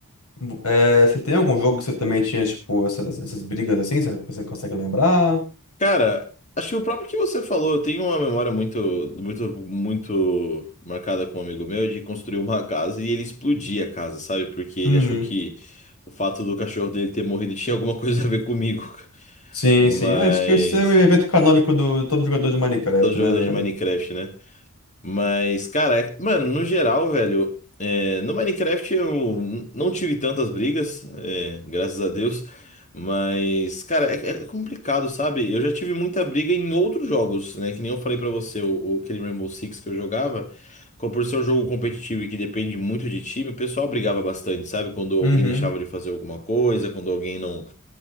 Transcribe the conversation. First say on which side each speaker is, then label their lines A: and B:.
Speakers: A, on the left; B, on the left.
A: vo- é, você tem algum jogo que você também tinha, tipo, essas, essas brigas assim, sabe? Você consegue lembrar?
B: Cara, acho que o próprio que você falou, eu tenho uma memória muito, muito, muito marcada com um amigo meu de construir uma casa e ele explodir a casa, sabe? Porque ele
A: Uhum.
B: achou que o fato do cachorro dele ter morrido tinha alguma coisa a ver comigo. <laughs>
A: Sim,
B: Mas.
A: sim. Acho que esse é o evento canônico do todo jogador de Minecraft,
B: Todo jogador
A: né, velho?
B: de Minecraft, né? Mas, cara, é- mano, no geral, velho, é, no Minecraft eu n- não tive tantas brigas, é, graças a Deus. Mas, cara, é, é complicado, sabe? Eu já tive muita briga em outros jogos, né? Que nem eu falei pra você, o, o- aquele Rainbow Six que eu jogava. co- Por ser um jogo competitivo e que depende muito de time, o pessoal brigava bastante, sabe? Quando alguém
A: Uhum.
B: deixava de fazer alguma coisa, quando alguém não